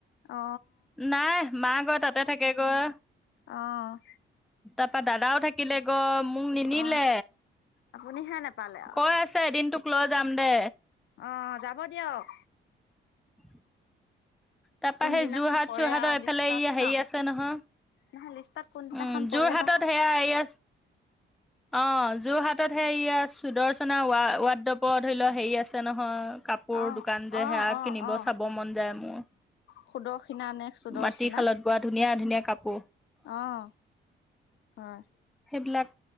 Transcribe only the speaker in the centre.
নাই মা গৈ তাতে থাকে গৈ।
তাৰাপা দাদাও থাকিলে গৈ মোক নিনিলে,
কৈ আছে দিনটোক লৈ যাম দে
উ। তাৰপা
সেই যোৰহাট
চোৰহাটৰ
এইফালে
ই হেৰি
আছে নহয়।
উম যোৰ
হাতত
সেয়া এইয়া অ', জোৰ ৰ হাতত সে ইয়য়া সুদৰ্চনা ৱাদডপৰ ধৰি লও হেৰি আছে নহয়। কাপোৰ
দোকান যে
সেয়া
কিনিব
চাব মন যায় মোৰ।
মাটি খালত বোৱা ধুনীয়া ধুনীয়া কাপোৰ
সেইবিলাক